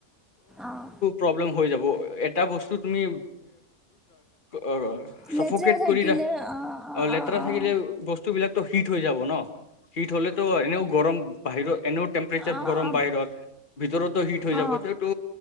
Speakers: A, in the centre; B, on the left.
A: অঁ
B: প্ৰব্লেম হৈ যাব এটা বস্তু তুমি অ' চফক
A: লেতেৰা থাকিলে
B: কৰি
A: অঁ অঁ
B: অ' লেতেৰা
A: অঁ অঁ
B: থাকিলে বস্তু বস্তু বিলাকো হিট হৈ যাব ন? শীত হ'লেতো এনেও গৰম বাহিৰত এনেও টেম্পাৰেচাৰ
A: অঁ
B: গৰম
A: অঁ অঁ
B: বাহিৰত ভিতৰত হিট হৈ
A: অঁ
B: যাব, এইটো